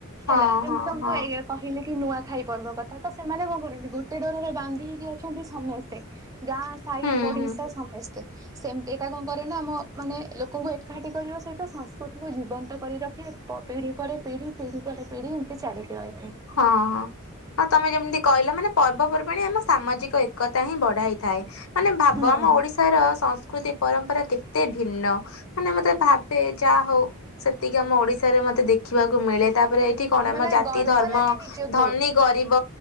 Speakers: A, on the right; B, on the left.
A: ହେଲା
B: ହଁ
A: ଯେମିତି ତମକୁ
B: ହଁ
A: ଇଏ କହିଲେ କି ନୂଆ ଖାଇ ପର୍ବ କଥା। ତ ସେମାନେ କଣ କରନ୍ତି, ଗୋଟେ ଡୋରରେ ବାନ୍ଧି ହେଇକି ଅଛନ୍ତି ସମେସ୍ତେ। ଗାଁ, ସାହି,
B: ହୁଁ
A: ପଡିଶା
B: ହୁଁ
A: ସମସ୍ତେ। ସେମିତି ଏଟା କଣ କରେ ନା, ଆମ ମାନେ ଲୋକଙ୍କୁ ଏକାଠି କରିବା ସହିତ ସଂସ୍କୃତିକୁ ଜୀବନ୍ତ କରି ରଖେ। ପିଢି ପରେ ପିଢି, ପିଢି ପରେ ପିଢ଼ି ଏମିତି ଚାଲିକି ରହିଥାଏ।
B: ହଁ ହଁ, ଆଉ ତମେ ଯେମିତି କହିଲ ମାନେ ପର୍ବପର୍ବାଣି ଆମ ସାମାଜିକ ଏକତା ହିଁ ବଢାଇଥାଏ, ମାନେ ଭାବ
A: ହୁଁ।
B: ଆମ ଓଡିଶା ର ସଂସ୍କୃତି ପରମ୍ପରା କେତେ ଭିନ୍ନ, ମାନେ ମୁଁ ଯେତବଳେ ଭାବେ ଯା ହଉ ସେତିକି ଆମ ଓଡିଶାରେ ମତେ ଦେଖିବାକୁ ମିଳେ। ତା ପରେ ଏଇଠି କଣ
A: ମାନେ
B: ଆମ ଜାତି
A: ଗର୍ବ
B: ଧର୍ମ,
A: ଲାଗେ ନିଜକୁ
B: ଧନୀ ଗରିବ